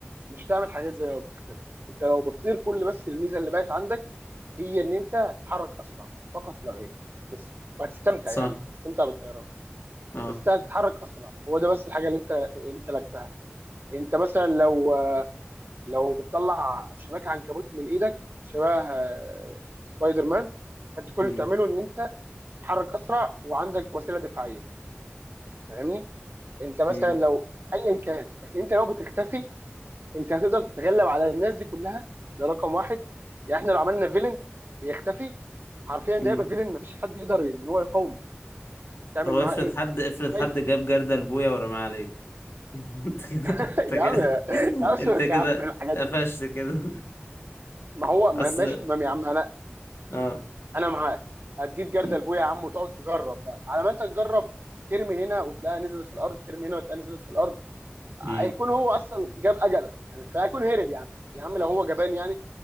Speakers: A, on the right; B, on the left.
A: مش هتعمل حاجات زي لو بتختفي انت لو بتطير كل بس الميزه اللي بقت عندك هي ان انت هتتحرك اسرع فقط لا غير بس وهتستمتع
B: صح
A: يعني هتستمتع بالطيران
B: اه
A: بس انت هتتحرك اسرع هو ده بس الحاجه اللي انت انت لكتها انت مثلا لو لو بتطلع شباك عنكبوت من ايدك شبه آه، سبايدر مان فانت كل
B: امم
A: اللي بتعمله ان انت تتحرك اسرع وعندك وسيله دفاعيه فاهمني انت مثلا
B: امم
A: لو ايا كان لكن انت لو بتختفي انت هتقدر تتغلب على الناس دي كلها ده رقم واحد يعني احنا لو عملنا فيلن بيختفي حرفيا ده
B: امم
A: يبقى فيلن مفيش حد يقدر ان هو يقاومه هتعمل
B: طب افرض
A: معاه ايه
B: حد افرض
A: مش شايفه
B: حد جاب جردل بويا ورماه عليك <laughs> انت كده
A: <laughs>
B: انت كده
A: يا عم يا عم سيبك
B: انت كده
A: يا عم من الحاجات
B: قفشت
A: دي
B: كده
A: ما هو ما-
B: اصل
A: ماشي تمام يا عم انا
B: اه
A: انا معاك هتجيب جردل
B: امم
A: بويا يا عم وتقعد تجرب بقى على ما انت تجرب ترمي هنا وتلاقيها نزلت في الارض ترمي هنا وتلاقيها نزلت في الارض
B: أمم.
A: هيكون هو اصلا جاب اجلك يعني فهيكون هرب يا عم يا عم لو هو جبان يعني